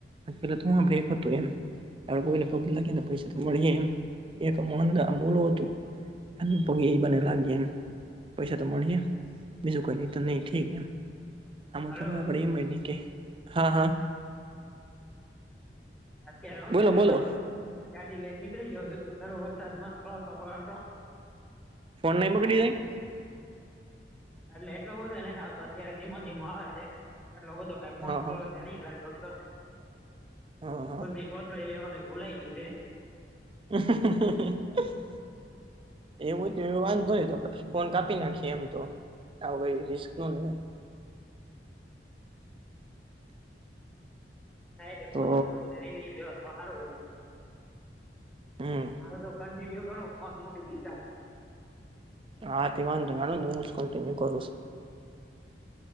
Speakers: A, on the right; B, in the centre.
A: પેલા તું બ્રેક હતું એમ એ કોઈને પગી લાગી ને પૈસાથી મળીએ એમ એક અન અમૂલો હતું આ પગી ઈ બને લાગે એમ પૈસા તો મળી જ બીજું કોઈ નહી તો નહી ઠીક એમ હામાં
B: હાલો
A: તો હવે આપળ એમ હોય નહી કે હા હા
B: અત્યારે હું
A: બોલો
B: કરે
A: બોલો
B: જો ગાડી લઈને નીકળી જયો છો તર વરસાદ માં ફળવતો ફળવતો
A: ફોન નઇ બગડી જાય
B: એટલે એટલો બધો એને થાવતો અત્યારે ધીમો ધીમો આવે છે એટલો બધો હેડ
A: હા
B: ફોન પલો
A: હા
B: જાણી લગભગ તો
A: હા હા
B: ભૂલથી કોથળી લેવાનું ભૂલાઈ ગયું છે.
A: <unintelligible> એવું તો એ વાંધો નહી તો આપડે ફોન કાપી નાખીએ એમ તો. આવું ભાઇ રિસ્ક નો લેવાય.
B: છે થાય છે,
A: તો
B: ગોદળી પોધળી લઈ લીધી હોત તો હારું હોત
A: હમ
B: હા, તો કન્ટિન્યુ કરું ફોન મૂકી બીજાનો
A: આતો વાંધો નહીં હું જ કન્ટિન્યુ કરૂં છું.